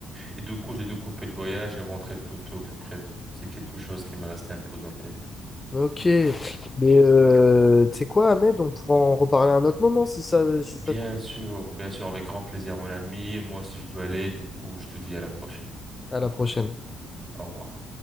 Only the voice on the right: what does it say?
Et du coup, j'ai dû couper le voyage et rentrer plus tôt que prévu. C'est quelque chose qui m'est resté un peu dans la tête.
Bien
sûr, bien sûr, avec grand plaisir, mon ami. Moi aussi, je dois aller. Du coup, je te dis à la prochaine.
Au revoir.